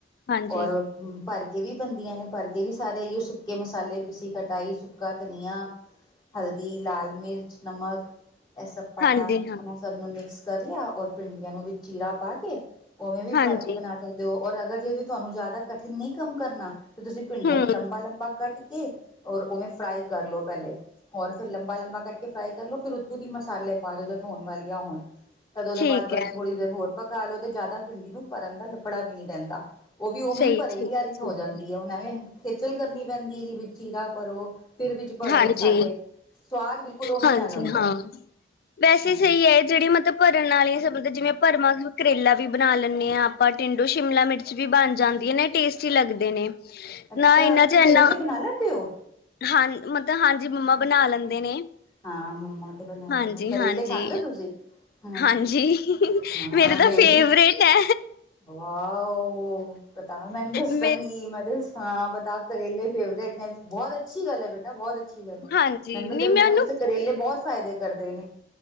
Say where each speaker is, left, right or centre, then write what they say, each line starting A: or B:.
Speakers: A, on the left; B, on the left.
A: ਹਾਂਜੀ,
B: ਔਰ ਭਰ ਕੇ ਵੀ ਬਣਦੀਆਂ ਨੇ। ਭਰ ਕੇ ਵੀ ਸਾਰੇ ਇਈਓ ਸੁੱਕੇ ਮਸਾਲੇ ਪੀਸੀ ਕਟਾਈ ਸੁੱਕਾ ਧਨੀਆ ਹਲਦੀ ਲਾਲ ਮਿਰਚ ਨਮਕ ਇਹ ਸਭ ਪਾਇਆ
A: ਹਾਂਜੀ ਹਾਂ,
B: ਸਭ ਨੂੰ ਮਿਕਸ ਕਰ ਲਿਆ ਔਰ ਭਿੰਡੀਆਂ ਨੂੰ ਵੀ ਚੀਰਾ ਪਾ ਕੇ ਉਵੇਂ ਵੀ
A: ਹਾਂਜੀ
B: ਭਰ ਕੇ ਬਣਾ ਸਕਦੇ ਓ ਔਰ ਅਗਰ ਜੇ ਤੁਹਾਨੂੰ ਕੋਈ ਜ਼ਿਆਦਾ ਕਠਿਨ ਨਈ ਕੰਮ ਕਰਨਾ। ਤੇ ਤੁਸੀਂ ਭਿੰਡੀਆਂ
A: ਹੂੰ
B: ਨੂੰ ਲੰਬਾ ਲੰਬਾ ਕੱਟ ਕੇ ਔਰ ਉਵੇਂ ਫਰਾਈ ਕਰਲੋ ਪਹਿਲੇ। ਹੋਰ ਫਿਰ ਲੰਬਾ ਲੰਬਾ ਕੱਟ ਕੇ ਫਰਾਈ ਕਰ ਲੋ ਫਿਰ ਉੱਤੋਂ ਦੀ ਮਸਾਲੇ ਪਾਦੋ ਜਦ ਹੋਣ ਵਾਲੀਆਂ ਹੋਣ। ਤਦ ਉਹਦੇ
A: ਠੀਕ
B: ਬਾਅਦ ਬਸ
A: ਐ।
B: ਥੋੜ੍ਹੀ ਦੇਰ ਹੋਰ ਪਕਾਲੋ ਤੇ ਜ਼ਿਆਦਾ ਭਿੰਡੀ ਨੂੰ ਭਰਨ ਦਾ ਲੱਪੜਾ ਵੀ ਨੀ ਰਹਿੰਦਾ। ਓ ਵੀ ਉਵੇਂ
A: ਸਹੀ
B: ਭਰੇ
A: ਠੀਕ
B: ਹੀ <unintelligible>
A: ਐ, ਠੀਕ
B: ਹੋ ਜਾਂ
A: ਐ
B: ਐਵੇਂ ਖੇਚਲ ਕਰਨੀ ਪੈਂਦੀ ਐ ਜੀ ਵਿੱਚ ਚੀਰਾ ਭਰੋ ਫਿਰ ਵਿੱਚ ਭਰੋ
A: ਹਾਂਜੀ,
B: ਮਸਾਲੇ। ਸਵਾਦ ਬਿਲਕੁਲ ਉਵੇਂ
A: ਹਾਂਜੀ
B: ਹੀ ਆ ਜਾਂਦਾ
A: ਹਾਂ,
B: ਹੈ।
A: ਵੈਸੇ
B: ਹਾਂਜੀ
A: ਸਹੀ ਐ ਜਿਹੜੀ ਮਤਲਬ ਭਰਨ ਆਲੀਆਂ ਸ ਜਿਵੇਂ ਭਰਵਾਂ ਕਰੇਲਾ ਵੀ ਬਣਾ ਲੈਣੇ ਆ ਆਪਾਂ ਟਿੰਂਡੂ ਸ਼ਿਮਲਾ ਮਿਰਚ ਵੀ ਬਣ ਜਾਂਦੀਆਂ ਨੇ। ਟੇਸਟੀ ਲੱਗਦੇ ਨੇ।
B: ਅੱਛਾ
A: ਨਾ ਇਹਨਾਂ
B: ਤੁਸੀਂ
A: ਚ
B: ਕਰੇਲੇ
A: ਇਨਾ
B: ਬਣਾ ਲੈਂਦੇ ਓ।
A: ਹਾਂ, ਮਤਲਬ ਹਾਂਜੀ ਮੰਮਾ ਬਣਾ ਲੈਂਦੇ ਨੇ।
B: ਹਾਂ, ਮੰਮਾ ਤੇ ਬਣਾਈ
A: ਹਾਂਜੀ,
B: ਕਰੇਲੇ
A: ਹਾਂਜੀ,
B: ਖਾਂਦੇ ਓ ਤੁਸੀਂ? ਹਾਂ
A: ਹਾਂਜੀ
B: ਹਾਂ
A: ਮੇਰੇ ਤਾਂ
B: ਮੇਰੀ
A: ਫੇਵਰੇਟ ਐ।
B: ਵਾਓ ਬਤਾ ਮੈਨੂੰ ਦੱਸੇਗੀ
A: ਮੇ
B: ਹਾਂ ਬਤਾ ਕਰੇਲੇ ਫੇਵਰੇਟ ਨੇ ਬਹੁਤ ਅੱਛੀ ਗੱਲ ਐ ਬੇਟਾ ਬਹੁਤ ਅੱਛੀ ਗੱਲ ਐ
A: ਹਾਂਜੀ
B: ਮੈਨੂੰ
A: ਨੀ
B: ਤੇ ਮਤਲਬ
A: ਮੈਂ ਉਹਨੂੰ
B: ਕਰੇਲੇ ਬਹੁਤ ਫਾਇਦੇ ਕਰਦੇ ਨੇ